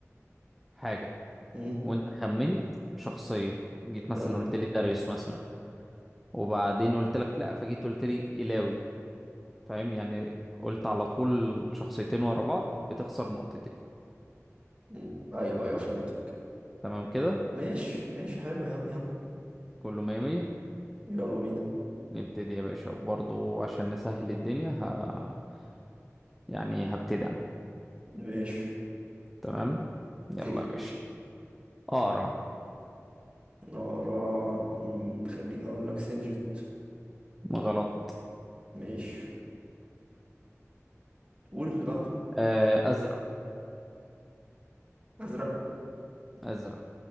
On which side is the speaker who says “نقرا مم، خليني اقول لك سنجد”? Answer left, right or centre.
Right